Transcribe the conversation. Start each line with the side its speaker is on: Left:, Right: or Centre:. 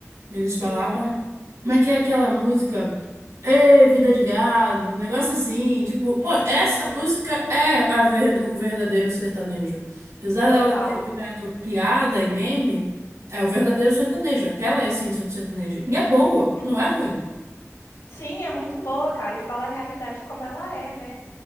Right: Eles
Left: sim,
Right: falavam. Como é que é aquela música? Ê, vida de gado, um negócio assim, tipo, pô,
Left: sim,
Right: essa música é a ver- o verdadeiro sertanejo. Apesar
Left: total.
Right: dela ter virado piada e meme, é o verdadeiro sertanejo, aquela é a essência do sertanejo. E é boa,
Left: Uhum.
Right: não é ruim.
Left: Sim, é muito boa, cara, e fala a realidade como ela é, né?